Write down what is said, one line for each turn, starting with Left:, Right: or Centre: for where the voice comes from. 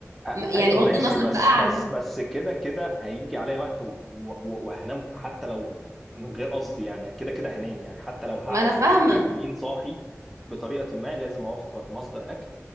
Centre: أ-
Right: م-
Centre: ايوه
Right: يعني بغض
Centre: ماشي
Right: النظر
Centre: بس
Right: بقى
Centre: بس
Right: عن
Centre: بس كده كده هيجي عليا وقت و- و- وهنام حتى لو من غير قصدي يعني كده كده هنام يعني حتى لو هقعد
Right: ما أنا فاهمة
Centre: يومين كاملين صاحي بطريقه ما لازم اوفر مصدر اكل